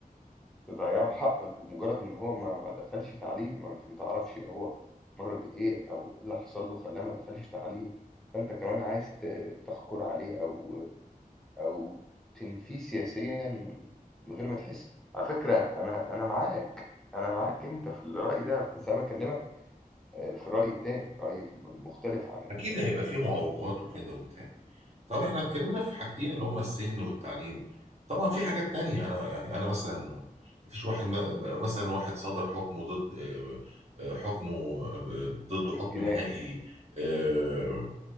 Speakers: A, in the centre; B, on the right.
A: تضيّعوا حقّه لمجرّد إن هو ما ما دخلش تعليم، ما أنت ما تعرفش هو مَر بإيه أو إيه اللي حصل له خلّاه ما دخلش تعليم، فأنت كمان عايز ت تحكُر عليه أو أو تنفيه سياسيًا من غير ما تحس. على فكرة أنا أنا معاك، أنا معاك أنت في الرأي ده، بس أنا باكلّمك آآ في الرأي التاني، الرأي الم المختلف عن ال
B: اكيد هيبقى في معوقات وكده وبتاع طب احنا اتكلمنا في حاجتين اللي هما السن والتعليم طبعا في حاجات تانية انا يعني انا مثلا مفيش واحد م- مثلا واحد صدر حكمه ضد آه، آه، حكمه آه، ضده حكم
A: الجنائي.
B: نهائي آه،